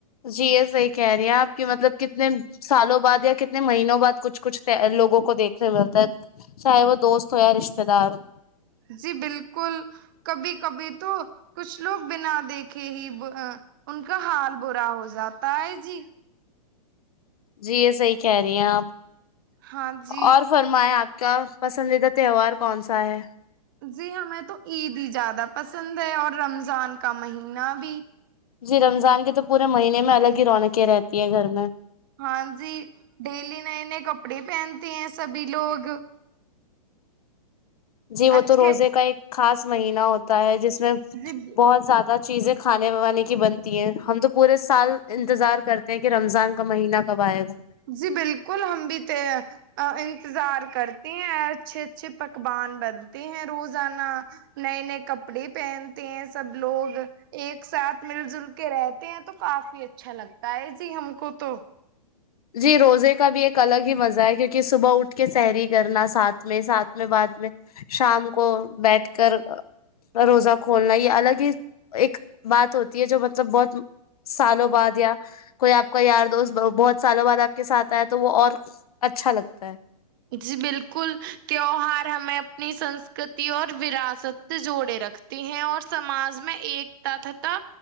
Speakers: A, on the left; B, on the right.
A: جی یہ صحیح کہہ رہی ہیں آپ کی مطلب کتنے سالوں بعد یا کتنے مہینوں بعد کچھ کچھ لوگوں کو دیکھنے ملتا ہے چاہے وہ دوست ہو یا رشتے دار ہو
B: جی بالکل کبھی کبھی تو کچھ لوگ بنا دیکھے ہی ان کا حال برا ہو جاتا ہے جی
A: جی یہ صحی کہہ رہی ہیں آپ
B: ہاں جی
A: اور فرمایا آپ کیا پسندیدہ تہوار کون سا ہے
B: جی ہمیں تو عید ہی زیادہ پسند ہے اور رمضان کا مہینہ بھی
A: جی رمضان کے تو پورے مہینے میں الگ ہی رونقیں رہتی ہیں گھر میں
B: ہاں جی ڈیلی نئے نئے کپڑے پہنتے ہیں سبھی لوگ
A: جی وہ
B: اچھے
A: تو روزے کا ایک خاص مہینہ ہوتا ہے جس
B: اچھے
A: بہت زیادہ چیزیں کھانے بانے کی بنتی ہیں ہم تو پورے سال انتظار کرتے ہیں کہ رمضان کا مہینہ کب آئے گا
B: جی بالکل ہم بھی تو انتظار کرتے ہیں اچھے اچھے پکوان بنتے ہیں روزانہ نئے نئے کپڑے پہنتے ہیں سب لوگ ایک ساتھ مل جل کے رہتے ہیں تو کافی اچھا لگتا ہے جی ہم کو تو
A: جی روزے کا بھی ایک الگ ہی مزہ ہے کیونکہ صبح اٹھ کے سحری کرنا ساتھ میں ساتھ میں بعد میں شام کو بیٹھ کر روزہ کھولنا ہی الگ ہی ایک بات ہوتی ہے جو مطلب بہت سالوں بعد یا کوئی آپ کا یار دوست بہت سالوں بعد آپ کے ساتھ آیا تو وہ اور اچھا لگتا ہے
B: جی بالکل تیوار ہمیں اپنی سنسکرتی اور وراثت جوڑے رکھتی ہیں اور سماج میں میں ایکتا تھ تھا